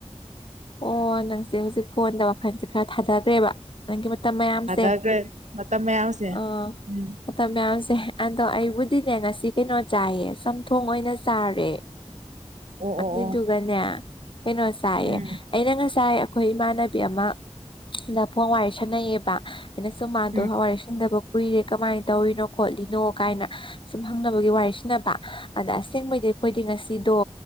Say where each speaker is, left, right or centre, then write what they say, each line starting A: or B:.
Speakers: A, on the left; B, on the right.
A: ꯑꯣ ꯅꯪꯁꯦ ꯍꯧꯖꯤꯛ ꯐꯣꯟꯗ ꯋꯥꯈꯜꯁꯦ ꯈꯔ ꯊꯥꯗꯈ꯭ꯔꯦꯕ ꯅꯪꯒꯤ ꯃꯇꯝ ꯃꯌꯥꯝꯁꯦ
B: ꯊꯥꯗꯈ꯭ꯔꯦ ꯃꯇꯝ ꯃꯌꯥꯝꯁꯦ
A: ꯑꯣ
B: ꯎꯝ
A: ꯃꯇꯝ ꯃꯌꯥꯝꯁꯦ ꯑꯗꯣ ꯑꯩꯕꯨꯗꯤ ꯑꯗꯨꯅꯦ ꯉꯁꯤ ꯀꯩꯅꯣ ꯆꯥꯏꯌꯦ ꯆꯝꯊꯣꯡ ꯑꯣꯏꯅ ꯆꯥꯔꯦ
B: ꯑꯣ
A: ꯑꯗꯨꯢꯗꯨꯒꯅꯦ
B: ꯑꯣ ꯑꯣ
A: ꯀꯩꯅꯣ ꯆꯥꯏꯌꯦ
B: ꯎꯝ
A: ꯑꯩꯅ ꯉꯁꯥꯏ ꯑꯩꯈꯣꯏ ꯏꯃꯥꯟꯅꯕꯤ ꯑꯃꯗ ꯐꯣꯟ ꯋꯥꯔꯤ ꯁꯥꯟꯅꯩꯌꯦꯕ ꯑꯩꯅ ꯁꯨꯝ ꯃꯥꯗꯣ
B: ꯎꯝ
A: ꯍꯋꯥꯏꯁꯟꯗꯕ ꯀꯨꯏꯔꯦ ꯀꯃꯥꯏꯅ ꯇꯧꯔꯤꯅꯣ ꯈꯣꯠꯂꯤꯅꯣ ꯀꯥꯏꯅ ꯁꯨꯝ ꯍꯪꯅꯕꯒꯤ ꯋꯥꯔꯤꯁꯟꯅꯕ ꯑꯗ ꯑꯁꯦꯡꯕꯩꯗꯤ ꯑꯩꯈꯣꯏꯗꯤ ꯉꯁꯤꯗꯨ